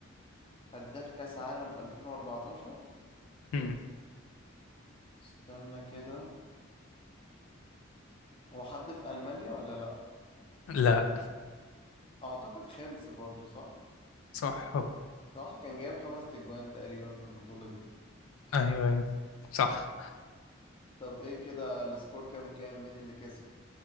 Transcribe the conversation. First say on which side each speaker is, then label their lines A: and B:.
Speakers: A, on the left; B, on the left.
A: هداف كأس عالم 2014
B: مم.
A: استنى كده هو حد في ألمانيا ولا لا
B: لا
A: اعتقد خمس برضو صح
B: صح هو
A: صح كان جايب خمس تجوان تقريبا في البطولة دي
B: أيوه أيوه صح
A: طب ايه كده السكور كام كام مين اللي كسب